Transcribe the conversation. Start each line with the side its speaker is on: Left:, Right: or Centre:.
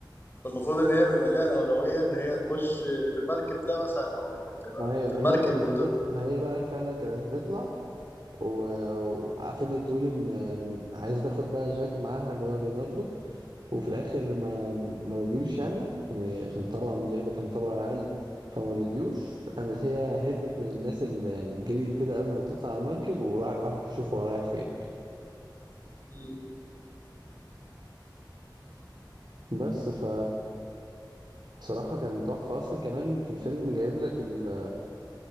Left: فالمفروض ان هي بيبقى ليها الاولويه ان هي تخش في المركب ده مثلا او يعني تبقى
Right: ايوه
Left: في
Right: ما
Left: المركب
Right: هي كانت
Left: وانت
Right: هتطلع ما هي بقى فعلا كانت هتطلع و... وفضلت تقول ان إن عايزه تاخد بقى جاك معاها اللي هو ليوناردو وفي الاخر ما ما رضيوش يعني يعني عشان طبعا جاك ده كان طبعا اقل فما رضيوش قامت هي هربت من الناس اللي يعني جريت كده قبل ما تطلع على المركب وراح وراحت تشوف هو رايح فين
Left: مم.
Right: بس ف بصراحة كان تحفة أصلا كمان في الفيلم جايب لك ال...